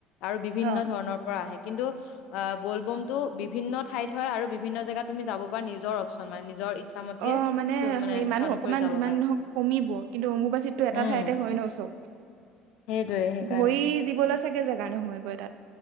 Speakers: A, on the left; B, on the right.
A: আৰু বিভিন্ন
B: অ
A: ধৰণৰ পৰা আহে কিন্তু অ বলবমতটো বিভিন্ন ঠাইত হয় আৰু বিভিন্ন জেগাত তুমি যাব পৰা নিজৰ অশচন মান নিজৰ ইচ্ছামতে
B: অ মানে
A: ত
B: হেই
A: ইচ্ছা
B: মানুহ
A: অনুসৰি
B: অকমান
A: যাব
B: যিমান
A: পাৰা।
B: নহওক কমিব কিন্তু অম্বুবাচিতততো এটা
A: উম,
B: ঠাইতে হয় ন চব
A: সেইটোৱে সেইকাৰণে।
B: ভৰি দিবলৈ চাগে জেগা নহয় হয় তাত